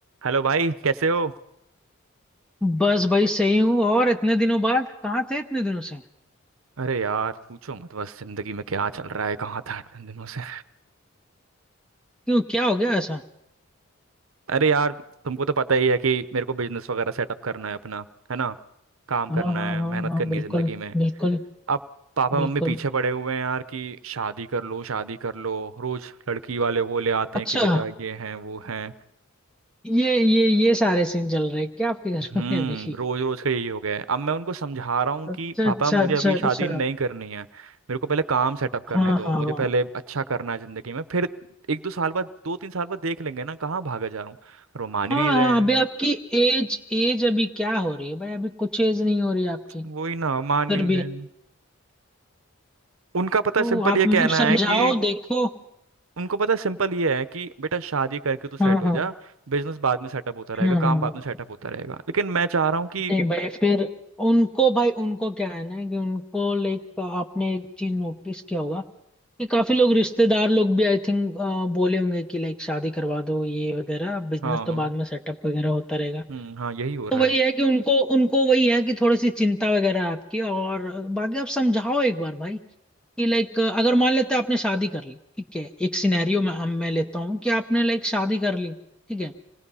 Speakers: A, on the right (about 85°); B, in the centre.
A: Hello भाई कैसे हो
B: बस भाई सही हूँ और इतने दिनों बाद कहाँ थे इतने दिनों से
A: अरे यार पूछो मत बस जिंदगी में क्या चल रहा है कहाँ था इतने दिनों से
B: क्यों क्या हो गया ऐसा
A: अरे यार तुमको तो पता ही है कि मेरे को बिजनेस वगैरह सेटअप करना है अपना है ना काम
B: हाँ
A: करना
B: हाँ
A: है
B: हाँ
A: मेहनत
B: हाँ
A: करनी
B: बिल्कुल
A: है जिंदगी में
B: बिल्कुल
A: अब पापा
B: बिल्कुल
A: मम्मी पीछे पड़े हुए हैं यार कि शादी कर लो शादी कर लो रोज लड़की वाले वो ले आते हैं
B: अच्छा
A: कि बेटा ये है वो है
B: ये ये ये सारे सीन चल रहे हैं क्या आपके घर
A: हम्म
B: में अभी
A: रोज रोज का यही हो गया है अब मैं उनको समझा रहा हूँ
B: अच्छा
A: कि पापा
B: अच्छा
A: मुझे
B: अच्छा
A: अभी
B: अच्छा
A: शादी नहीं करनी है मेरे को पहले काम सेटअप करने
B: हाँ
A: दो
B: हाँ
A: मुझे
B: हाँ
A: पहले अच्छा करना है जिंदगी में फिर एक दो साल बाद दो तीन साल बाद देख लेंगे ना कहाँ भागा जा रहा हूँ और वो मान
B: हाँ
A: ही नहीं रहे
B: हाँ
A: हैं
B: अभी आपकी एज एज अभी क्या हो रही है भाई अभी कुछ एज नहीं हो रही आपकी
A: वही ना मान नहीं
B: फिर भी
A: रहे हैं उनका पता
B: तो
A: सिंपल
B: आप
A: ये कहना
B: मतलब समझाओ
A: है कि
B: देखो
A: उनको पता सिंपल ये है कि बेटा शादी करके तू सेट
B: हाँ
A: हो
B: हाँ
A: जा बिजनेस बाद में सेटअप होता रहेगा
B: हाँ
A: काम
B: हाँ
A: बाद में सेटअप होता रहेगा लेकिन मैं चाह रहा हूँ कि
B: नहीं भाई फिर उनको भाई उनको क्या है ना कि उनको लाइक आपने एक चीज नोटिस किया होगा कि काफी लोग रिश्तेदार लोग भी आई थिंक बोले होंगे कि लाइक शादी करवा दो ये वगैरह बिजनेस
A: हाँ
B: तो बाद में सेटअप वगैरह होता रहेगा
A: हम्म हाँ यही हो रहा
B: तो वही
A: है
B: है कि उनको उनको वही है कि थोड़ी सी चिंता वगैरह आपकी और बाकी आप समझाओ एक बार भाई कि लाइक अगर मान लेते हैं आपने शादी कर ली ठीक है एक सिनेरियो में हम मैं लेता हूँ कि आपने लाइक शादी कर ली ठीक है